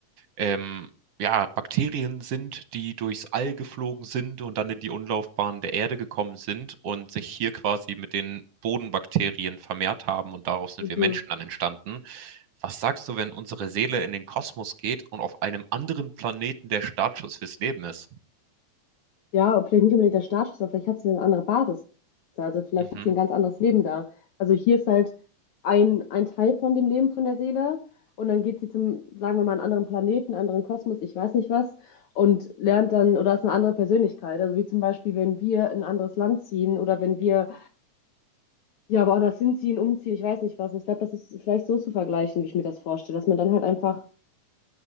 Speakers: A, on the right; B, on the left.
A: ähm, ja, Bakterien sind, die durchs All geflogen sind und dann in die Umlaufbahn der Erde gekommen sind und sich hier quasi mit den Bodenbakterien vermehrt haben und daraus sind
B: Mhm.
A: wir Menschen dann entstanden. Was sagst du, wenn unsere Seele in den Kosmos geht und auf einem anderen Planeten der Startschuss fürs Leben ist?
B: Ja, vielleicht nicht unbedingt der Startschuss, aber vielleicht hat sie eine andere Basis. Also vielleicht
A: Mhm.
B: hat sie ein ganz anderes Leben da. Also hier ist halt ein, ein Teil von dem Leben von der Seele und dann geht sie zum, sagen wir mal, einen anderen Planeten, einen anderen Kosmos, ich weiß nicht was, und lernt dann oder ist eine andere Persönlichkeit. Also wie zum Beispiel, wenn wir in ein anderes Land ziehen oder wenn wir ja woanders hinziehen, umziehen, ich weiß nicht was. Ich glaube, das ist vielleicht so zu vergleichen, wie ich mir das vorstelle, dass man dann halt einfach